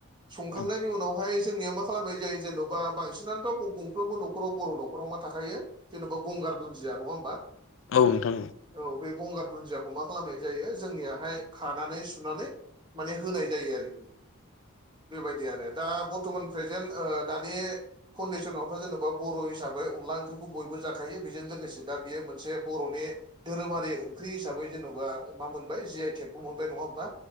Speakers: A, on the right; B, on the left.
A: संखांनायनि
B: औ
A: उनावहाय जोंनिया मा खालामबाय ज जेन'बा बांसिनानोथ' गंफ्रोमबो न'खराव बर' न'राव मा थाखायो। जेन'बा गंगार दुन्दिया नङा होमबा
B: औ नोंथां
A: औ बे गंगार दुन्दियाखौ मा खालामनाय जायो जोंनियाहाय खानानै सुनानै माने होनाय जायो आरोखि बेबायदि आरो दा बर्थमान प्रेजेन्ट दानि फाउडेसनावथ' जेन'बा बर' हिसाबै अनला ओंख्रिखौ बयबो जाखायो बेजों लोगोसे दा बेयो मोनसे बर'नि धोरोमारि ओंख्रि हिसाबै जेन'बा मा मोनबाय जि आइ टेकबो मोनबाय नङा होमबा